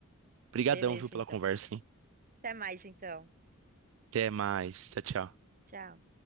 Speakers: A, on the right; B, on the right.
A: Obrigadão,
B: Beleza,
A: viu, pela
B: então.
A: conversa, hein?
B: Até mais, então.
A: Até mais, tchau, tchau.
B: Tchau.